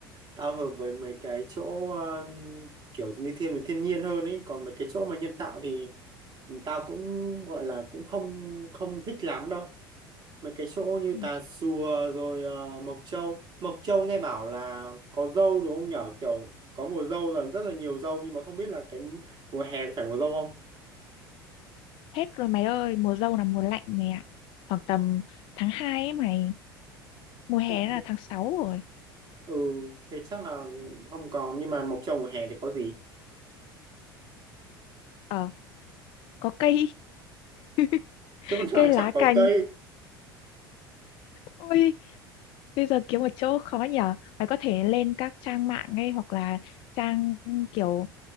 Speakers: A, on the right; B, on the left.
A: tao hợp với mấy cái chỗ ờ, kiểu lithium với thiên nhiên hơn ấy còn mấy cái chỗ mà nhân tạo thì tao cũng gọi là cũng không không thích lắm đâu mấy cái chỗ như
B: Ừ,
A: Tà Xùa rồi ờ, Mộc Châu Mộc Châu nghe bảo là có dâu đúng không nhở kiểu có mùa dâu là rất là nhiều dâu nhưng mà không biết là cái mùa hè phải mùa dâu không
B: hết rồi mày ơi mùa dâu là mùa lạnh mày ạ khoảng tầm tháng 2 ấy mày mùa hè
A: Không,
B: là tháng 6 rồi
A: ừ thế chắc là không còn nhưng mà Mộc Châu mùa hè thì có gì
B: Ờ, có cây <laughs>
A: chỗ nào
B: cây lá
A: chẳng có
B: cành
A: cây
B: ôi bây giờ kiếm một chỗ khó nhở phải có thể lên các trang mạng ngay hoặc là trang kiểu